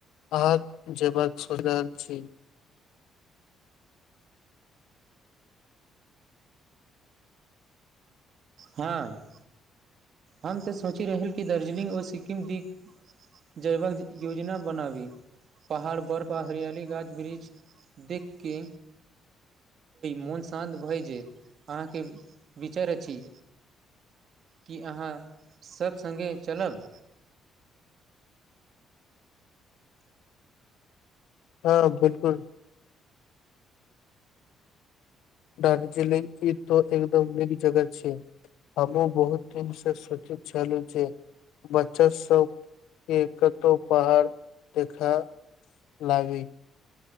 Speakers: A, on the left; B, on the right.
A: अहाँ जबाक सोचि रहल छी
B: हँ हम तऽ सोचि रहल कि दार्जिलिङ्ग ओ सिक्किम दि जैवाक योजना बनाबी पहाड़ बर्फ आ हरियाली गाछ वृक्ष देखके मोन शान्त भए जेत अहाँके विचार अछि की अहाँ सब सङ्गे चलब
A: हँ बिल्कुल दार्जलिंग ई त एकदम निक जगह छै हमहुँ बहुत दिन से सोचित छलहुँ जे बच्चा सब के कतहु पहाड़ देखा लागै